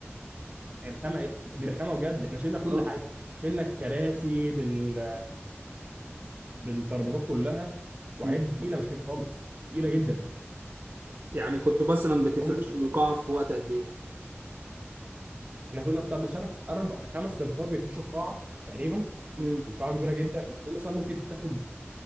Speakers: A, on the right; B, on the right.
A: الخامه دي رخامه بجد احنا شلنا كل
B: اه
A: حاجه شلنا الكراسي بال... بالترابيزات كلها وحاجات
B: مم.
A: دي تقيله مش خفيف خالص تقيله جدا
B: يعني كنت مثلا بتفرش
A: هم
B: القاعة في وقت قد ايه
A: احنا كنا بتاع بشرف اربع خمس انفار بيفرشوا القاعه تقريبا
B: امم
A: وقاعه كبيره جدا ومثلا ممكن تاخد